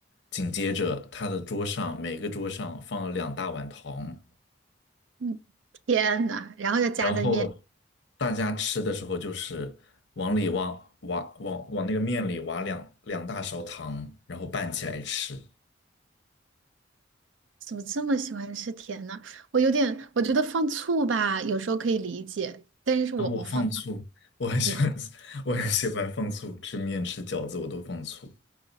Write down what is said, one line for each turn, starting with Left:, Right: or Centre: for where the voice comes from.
Left: 紧接着，他的桌上每个桌上放了两大碗糖，
Right: 嗯，天呐，然后又夹在面，
Left: 然后大家吃的时候就是往里挖挖往往那个面里挖两两大勺糖，然后拌起来吃。
Right: 怎么这么喜欢吃甜呢？我有点，我觉得放醋吧，有时候可以理解，但是我不放。
Left: 啊，我放醋，我很喜欢，
Right: 你，
Left: <laughs> 我很喜欢放醋，吃面吃饺子我都放醋。